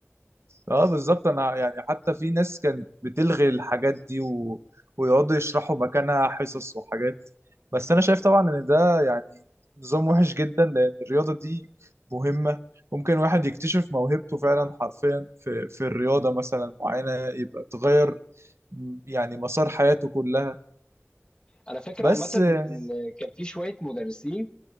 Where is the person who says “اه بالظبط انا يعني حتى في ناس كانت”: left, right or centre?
Right